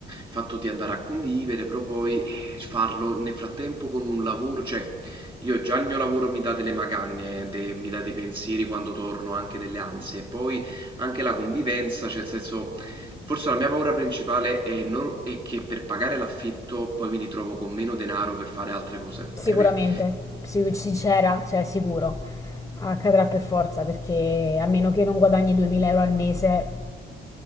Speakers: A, on the right; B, on the left.
A: fatto di andare a convivere, però poi eh, farlo nel frattempo con un lavoro, cioè io già il mio lavoro mi dà delle magagne, de- mi dà dei pensieri quando torno, anche delle ansie, poi anche la convivenza, cioè nel senso... Forse la mia paura principale è, non- è che per pagare l'affitto poi mi ritrovo con meno denaro per fare altre cose,
B: Sicuramente,
A: capito?
B: si- sincera, cioè sicuro, accadrà per forza perché a meno che non guadagni 2000 euro al mese,